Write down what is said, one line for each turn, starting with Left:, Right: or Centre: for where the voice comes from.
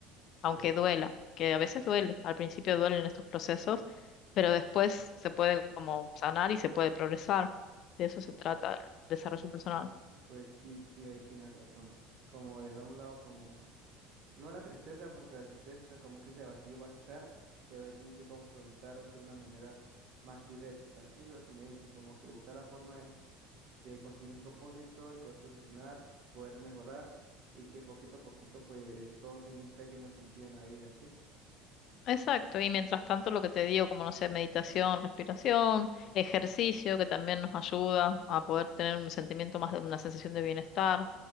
Left: aunque
Right: pues,
Left: duela, que a veces duele, al principio duelen estos procesos, pero después se puede como sanar y se puede progresar. De eso se
Right: pu-
Left: trata el desarrollo personal.
Right: pues sí, sí, ahí tienes razón. Como dejar a un lado como, no la tristeza, porque la tristeza como que ese vacío va a estar, pero se tiene que confrontar de una manera más directa. Sí, eso es lo que me dice, como que buscar la forma de, de conseguir un propósito y poder solucionar, poder mejorar y que poquito a poquito, pues, todo tenga un pequeño sentido en la vida, ¿sí?
Left: Exacto, y mientras tanto lo que te digo, como no sé, meditación, respiración, ejercicio, que también nos ayuda a poder tener un sentimiento más de una sensación de bienestar,